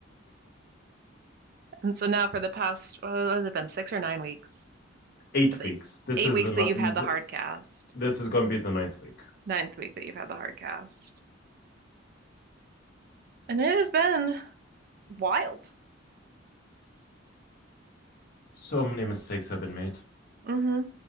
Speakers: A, on the right (about 50°); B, on the left (about 50°).
A: And so now for the past, what has it been, six or nine weeks?
B: <laughs> eight
A: the
B: weeks. This
A: eight
B: is
A: weeks
B: the ni-
A: that you've had the hard cast,
B: this is gonna be the ninth week.
A: ninth week that you've had the hard cast. And it has been wild.
B: So many mistakes have been made.
A: Mm-hmm.